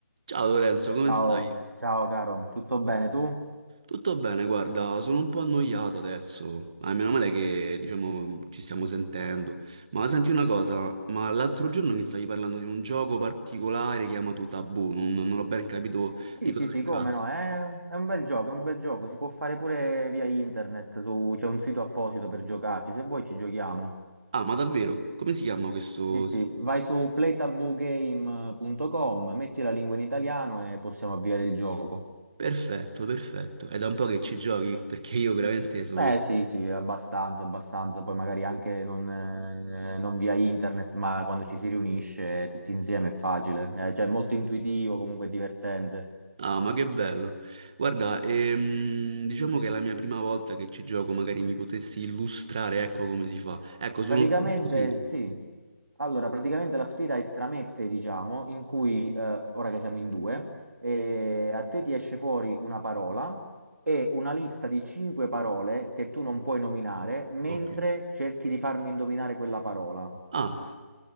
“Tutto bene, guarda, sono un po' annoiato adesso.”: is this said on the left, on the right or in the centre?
Right